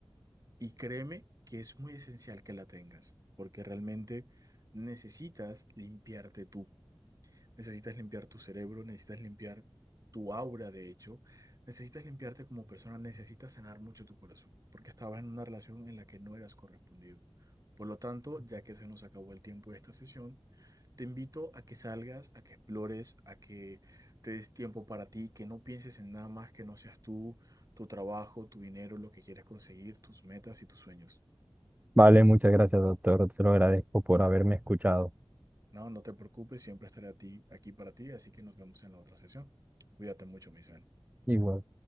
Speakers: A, on the right (about 35°); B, on the right (about 15°).
A: Y créeme que es muy esencial que la tengas, porque realmente necesitas limpiarte tú. Necesitas limpiar tu cerebro, necesitas limpiar tu aura, de hecho, necesitas limpiarte como persona, necesitas sanar mucho tu corazón, porque estabas en una relación en la que no eras correspondido. Por lo tanto, ya que se nos acabó el tiempo de esta sesión, te invito a que salgas, a que explores, a que te des tiempo para ti, que no pienses en nada más que no seas tú, tu trabajo, tu dinero, lo que quieres conseguir, tus metas y tus sueños.
B: Vale, muchas gracias, doctor, te lo agradezco por haberme escuchado.
A: No, no te preocupes, siempre estaré a ti, aquí para ti, así que nos vemos en la otra sesión. Cuídate mucho, Misael.
B: Igual.